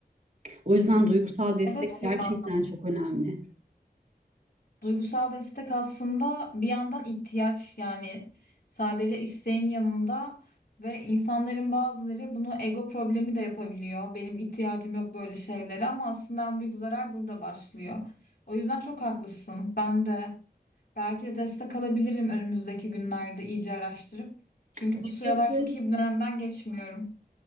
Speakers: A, on the right (about 50°); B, on the left (about 65°).
A: O yüzden duygusal destek
B: Evet
A: gerçekten
B: ya.
A: çok önemli.
B: Duygusal destek aslında bir yandan ihtiyaç yani sadece isteğin yanında ve insanların bazıları bunu ego problemi de yapabiliyor. Benim ihtiyacım yok böyle şeylere ama aslında en büyük zarar burada başlıyor. O yüzden çok haklısın. Ben de belki de destek alabilirim önümüzdeki günlerde iyice araştırıp. Çünkü
A: Açıkçası
B: bu sıralar çok iyi bir dönemden geçmiyorum.